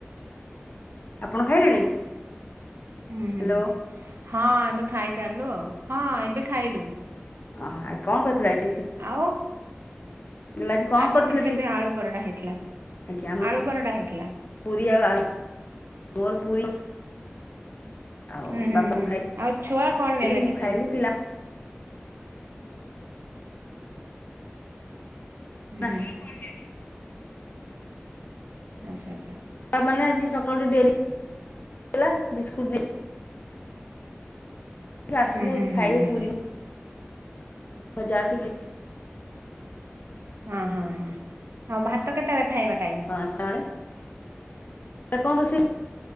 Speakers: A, on the left (about 45°); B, on the right (about 70°).
A: ଆପଣ ଖାଇଲେଣି?
B: ହୁଁ
A: ହ୍ୟାଲୋ
B: ହୁଁ ହଁ ଆମେ ଖାଇସାରିଲୁ ଆଉ ହଁ ଏବେ ଖାଇଲୁ
A: ଅହଃ ଆଉ କଆଁ କରୁଥିଲା ଏକ୍।
B: ଆଉ,
A: କହିଲେ କଣ
B: ଆଜି
A: କରିଥିଲେ
B: ଟିଫିନରେ
A: ଟିଫିନ
B: ଆଳୁ ପରଟା ହେଇଥିଲା,
A: ଆଜ୍ଞା ଆମର
B: ଆଳୁ ପରଟା ହେଇଥିଲା।
A: ପୁରୀ ଆଉ ଆଳୁ, ମୋର ପୁରୀ ଆଉ
B: ହୁଁ ହୁଁ
A: ବାପାକୁ
B: ହୁଁ ଆଉ ଛୁଆ କଣ
A: ଖାଇଲେ
B: ନେଲେ
A: ମୁଁ
B: ଟିଫିନ?
A: ଖାଇଲି ପିଲା
B: ହୁଁ
A: ହଁ <unintelligible>
B: ଆଚ୍ଛା ଆଚ୍ଛା।
A: ତା ମାନେ ଆଜି ସକାଳୁ ଡେରି ହେଲା, ବିସ୍କୁଟ ନେଇ କି ଆସିଲେ
B: ହୁଁ ହୁଁ
A: ଏଠି ଖାଇବେ
B: ହୁଁ ହୁଁ
A: ପୁରୀ ମଜା ଅଛି କି?
B: ହଁ, ହଁ, ହଁ ଆଉ ଭାତ କେତେବେଳେ ଖାଇବା ଟାଇମ୍?
A: କଣ ଖରା ବେଳେ ଏ କଣ କରୋଷେଇ